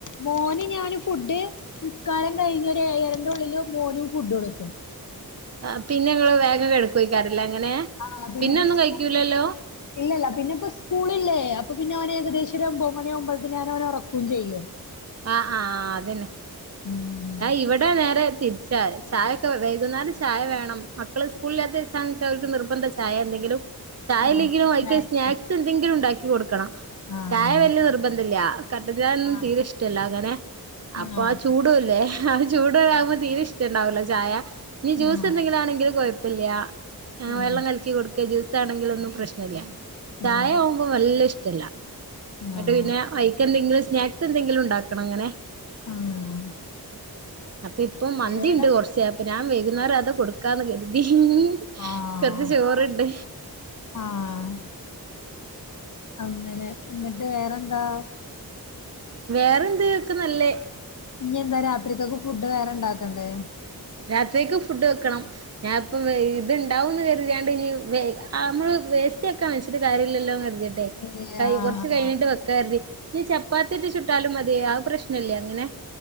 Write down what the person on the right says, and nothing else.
ആ പിന്നെ ങ്ങള് വേഗം കെടക്കേക്കാരല്ലേ അങ്ങനെ
പിന്നെ ഒന്നും
കഴിക്കൂലല്ലോ
ആഹ് ആഹ് അതന്നെ
ഞാൻ ഇവിടെ നേരെ തിരിച്ചാ ചായയൊക്കെ വൈകുന്നേലരം ചായ വേണം മക്കള് സ്കൂളില്ലാത്ത <unintelligible> ഓൽക്ക് നിർബന്ധ ചായേ എന്തെങ്കിലും ചായല്ലെങ്കിലും
ഐക്ക് സ്നാക്സ് എന്തെങ്കിലും ഉണ്ടാക്കി കൊടുക്കണം
ചായ വലിയ നിർബന്ധല്ല കട്ടചായൊന്നും
തീരെ ഇഷ്ട ഇഷ്ടല്ല അങ്ങനെ
അപ്പൊ ആ ചൂടല്ലേ ആ ചൂടും ആകുമ്പോ തീരെ ഇഷ്ടുണ്ടാവൂല ചായ ഇനി ജ്യൂസ്
എന്തെങ്കിലും ആണെങ്കിലും കുഴപ്പല്ല
വെള്ളം കലക്കി കൊടുക്കെ ജ്യൂസ് ആണെങ്കില് ഒന്നും പ്രശ്ണല്ല ചായ
ക്കും വല്ല ഇഷ്ടല്ല എന്നിട്ട്
പിന്നെ വൈക്ക് എന്തെങ്കിലും സ്നാക്സ് എന്തെങ്കിലും ഉണ്ടാക്കണം അങ്ങനെ
അപ്പൊ ഇപ്പൊ മന്തി
ഇണ്ട് കുറച്ചേ അപ്പൊ ഞാൻ വൈകുന്നേരം അത് കൊടുക്കാന്ന് കരുതി <unintelligible>
കൊറച്ച് ചോറുണ്ട്
വേറെന്ത് ക്ക്‌ നല്ലേ
രാത്രിക്ക് ഫുഡ് വെക്കണം ഞാൻ ഇപ്പം ഇത്ണ്ടാവുംന്ന് കരുതിയാണ്ട് ഇനി വേ നമ്മള് വേസ്തിയക്കാ മനിച്ചത് കാര്യല്ലല്ലോ കരുതിണ്ട്
ണ്ടെ കൈ
കൊറച്ച് കഴിഞ്ഞിട്ട് വെക്കരുതി ഈ ചപ്പാത്തിട്ട ചുട്ടാലും മതിയ ആ പ്രശ്നംല്ലേ അങ്ങനെ